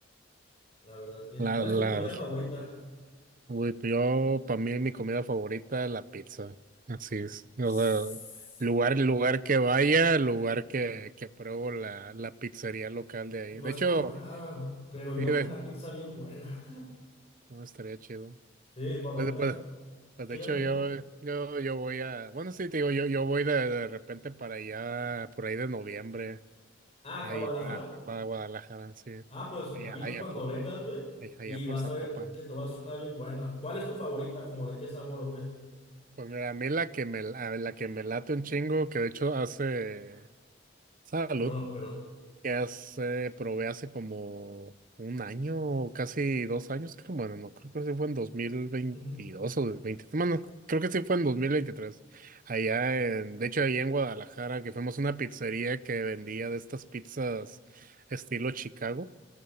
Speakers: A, on the left; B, on the right.
A: La verdad que,
B: la,
A: ¿cuál es
B: la,
A: tu comida favorita?
B: uy, yo, para mí, mi comida favorita es la pizza. Así es. O
A: Sss,
B: sea, lugar, lugar que vaya, lugar que, que pruebo la, la pizzería local de ahí.
A: No
B: De
A: es
B: hecho,
A: por nada, pero
B: Sí,
A: yo hago
B: güey,
A: una pizza bien buena.
B: no estaría chido.
A: Sí, cuando
B: Pues,
A: vengas,
B: pues, pues
A: ¿qué
B: de hecho
A: ibas a decir?
B: yo, yo, yo voy a, bueno sí te digo, yo, yo voy de, de repente para allá, por ahí de noviembre,
A: Ah,
B: ahí
A: ¿a Guadalajara?
B: a, a Gua- Guadalajara, sí,
A: Ah, pues
B: allá,
A: avisas
B: allá
A: cuando
B: por,
A: vengas, güey,
B: allá,
A: y
B: allá por
A: vas
B: Zapopan.
A: a ver que te vas a hacer una bien buena. ¿Cuál es tu favorita? ¿Como de qué sabor o qué?
B: Pues mira, a mí la que me, la la que me late un chingo, que de hecho hace, salud,
A: Perdón, perdón.
B: que hace, probé hace como un año o casi dos años, creo. Bueno, no, creo que sí fue en dos mil veintidós
A: Ujú.
B: o 2023. Bueno, creo que sí fue en dos mil veintitrés Allá en, de hecho, ahí en Guadalajara, que fuimos a una pizzería que vendía de estas pizzas estilo Chicago.